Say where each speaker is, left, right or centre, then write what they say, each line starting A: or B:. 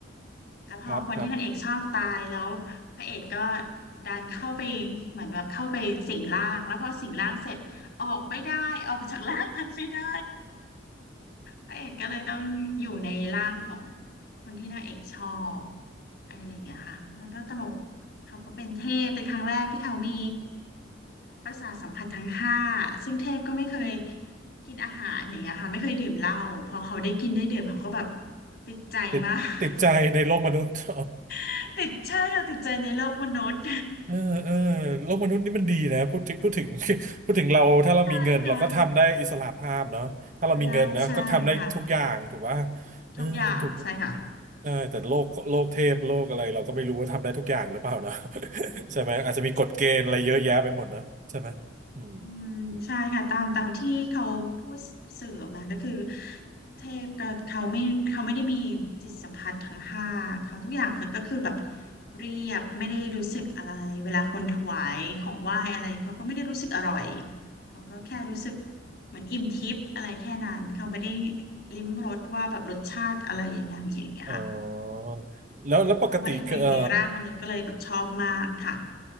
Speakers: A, on the left (about 55°); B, on the right (about 40°).
A: แล้วพอคนที่นางเอกชอบตายแล้วพระเอกก็
B: ครับครับ
A: ดันเข้าไปเหมือนแบบเข้าไปสิงร่างแล้วพอสิงร่างเสร็จออกไม่ได้ออกจากร่างนั้นไม่ได้ พระเอกก็เลยต้องอยู่ในร่างของคนที่นางเอกชอบอะไรอย่างเงี้ยค่ะมันก็ตลกเขาก็เป็นเทพเป็นครั้งแรกที่เขามีประสาทสัมผัสทั้งห้าซึ่งเทพก็ไม่เคยกินอาหารอย่างเงี้ยค่ะไม่เคยดื่มเหล้าพอเขาได้กินได้ดื่มเขาก็แบบติดใจมาก
B: ติดติดใจในโลกมนุษย์ <laughs>
A: <laughs> ติดใช่ค่ะติดใจในโลกมนุษย์
B: เออเออโลกมนุษย์นี่มันดีนะพูดถึงพูดถึง <laughs> พูดถึงเราถ้าเรามีเงินเราก็ทำได้อิสระภาพเนาะถ้าเรามีเงินนะก็ทำได้ทุกอย่างถูกป่ะ
A: <laughs> ใช่ค่ะทำได้ใช่ค่ะ
B: เออถูก
A: ทุกอย่างใช่ค่ะ
B: ใช่แต่โลกโลกเทพโลกอะไรเราก็ไม่รู้ว่าทำได้ทุกอย่างหรือเปล่าเนาะ <laughs> ใช่ไหมอาจจะมีกฎเกณฑ์อะไรเยอะแยะไปหมดนะใช่ไหมอืม
A: อืมใช่ค่ะตามตามที่เขาพูดสื่อออกมาก็คือเทพก็เขาไม่เขาไม่ได้มีจิตสัมผัสทั้งห้าเขาทุกอย่างเขาก็คือแบบเรียบไม่ได้รู้สึกอะไรเวลาคนถวายของไหว้อะไรเขาก็ไม่ได้รู้สึกอร่อยเขาก็แค่รู้สึกเหมือนอิ่มทิพย์อะไรแค่นั้นเขาไม่ได้ลิ้มรสว่าแบบรสชาติอะไรอย่างเงี้ยอย่างเงี้ยค่ะ
B: เออแล้วแล้วปกติเออ
A: พอพระเอกมาอยู่ในร่างมนุษย์ก็เลยแบบชอบมากค่ะ